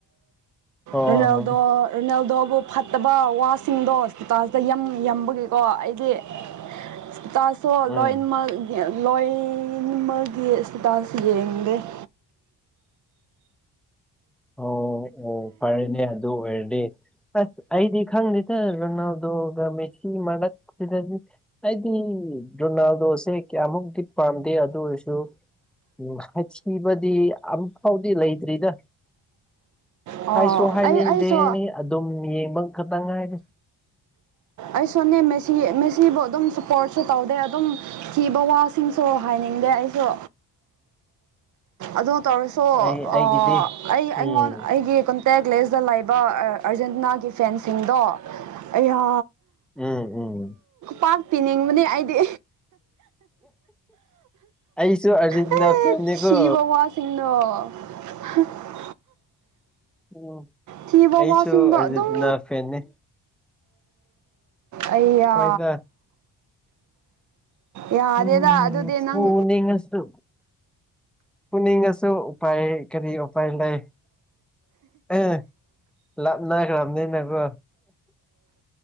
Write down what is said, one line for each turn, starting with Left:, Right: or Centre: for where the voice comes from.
Centre: ꯑꯣ
Right: ꯔꯣꯅꯦꯜꯗꯣ ꯔꯣꯅꯦꯜꯗꯣꯕꯨ ꯐꯠꯇꯕ ꯋꯥꯁꯤꯡꯗꯣ ꯁꯄꯤꯇꯥꯜꯁꯇ ꯌꯥꯝ ꯌꯥꯝꯕꯒꯤꯀꯣ ꯑꯩꯗꯤ ꯁꯄꯤꯇꯥꯜ ꯁꯣ ꯂꯣꯏꯅꯃꯛ
Centre: ꯎꯝ
Right: ꯂꯣꯏꯃꯒꯤ ꯁꯄꯤꯇꯥꯜꯁ ꯌꯦꯡꯗꯦ <unintelligible>
Centre: ꯑꯣ ꯑꯣ ꯐꯔꯅꯦ ꯑꯗꯨ ꯑꯣꯏꯔꯗꯤ ꯑꯁ ꯑꯩꯗꯤ ꯈꯪꯗꯦꯗ ꯔꯣꯅꯥꯜꯗꯣꯒ ꯃꯦꯁꯤ ꯃꯔꯛꯇꯗꯤ ꯑꯩꯗꯤ ꯔꯣꯅꯥꯜꯗꯣꯁꯦ ꯀꯌꯥꯃꯨꯛꯇꯤ ꯄꯥꯝꯗꯦ ꯑꯗꯨ ꯑꯣꯏꯔꯁꯨ ꯎꯝ ꯍꯥꯏꯊꯤꯕꯗꯤ ꯑꯃꯨꯛ ꯐꯥꯎꯗꯤ ꯂꯩꯇ꯭ꯔꯤꯗ
Right: ꯑꯣ
Centre: ꯍꯥꯏꯁꯨ ꯍꯥꯏꯅꯤꯡꯗꯦꯅꯤ
Right: ꯑꯩ ꯑꯩꯁꯨ
Centre: ꯑꯗꯨꯝ ꯌꯦꯡꯕ ꯈꯛꯇꯪ ꯉꯥꯏꯔꯦ
Right: ꯑꯩ ꯁꯨꯅꯦ ꯃꯦꯁꯤ ꯃꯦꯁꯤꯕꯨ ꯑꯗꯨꯝ ꯁꯄꯣꯔꯠꯁꯨ ꯇꯧꯗꯦ ꯑꯗꯨꯝ ꯊꯤꯕ ꯋꯥꯁꯤꯡꯁꯨ ꯍꯥꯏ ꯅꯤꯡꯗꯦ ꯑꯩꯁꯨ ꯑꯗꯣ ꯇꯧꯔꯁꯨ
Centre: ꯑꯩ ꯑꯩꯒꯤꯗꯤ
Right: ꯑꯥ ꯑꯩ ꯑꯩꯉꯣꯟ
Centre: ꯎꯝ
Right: ꯑꯩꯒꯤ ꯀꯟ ꯇꯦꯛ ꯂꯦꯁꯇ ꯂꯩꯕ ꯑꯥꯔꯖꯦꯟꯇꯤꯅꯥꯒꯤ ꯐꯦꯟꯁꯤꯡꯗꯣ ꯑꯩꯌꯥ
Centre: ꯎꯝ ꯎꯝ
Right: ꯄꯥꯛꯄꯤꯅꯤꯡꯕꯅꯤ ꯑꯩꯗꯤ
Centre: ꯑꯩꯁꯨ ꯑꯥꯔꯖꯦꯟꯇꯤꯅꯥ
Right: ꯑꯦ
Centre: ꯐꯦꯟꯅꯤꯀꯣ
Right: ꯊꯤꯕ ꯋꯥꯁꯤꯡꯗꯣ <inaudible>
Centre: ꯎꯝ
Right: ꯊꯤꯕ
Centre: ꯑꯩꯁꯨ
Right: ꯋꯥꯁꯤꯡꯗꯣ
Centre: ꯑꯥꯔꯖꯦꯟꯇꯤꯅꯥ
Right: ꯑꯗꯨꯝ
Centre: ꯐꯦꯟꯅꯦ
Right: ꯑꯩꯌꯥ
Centre: ꯍꯣꯏꯗ
Right: ꯌꯥꯗꯦꯗ
Centre: ꯎꯝ
Right: ꯑꯗꯨꯗꯤ ꯅꯪ
Centre: ꯐꯨꯅꯤꯡꯉꯁꯨ ꯐꯨꯅꯤꯡꯉꯁꯨ ꯎꯄꯥꯏ ꯀꯔꯤ ꯎꯄꯥꯏ ꯂꯩ ꯑꯦ ꯂꯥꯞꯅꯒꯔꯕꯅꯤꯅꯥꯀꯣ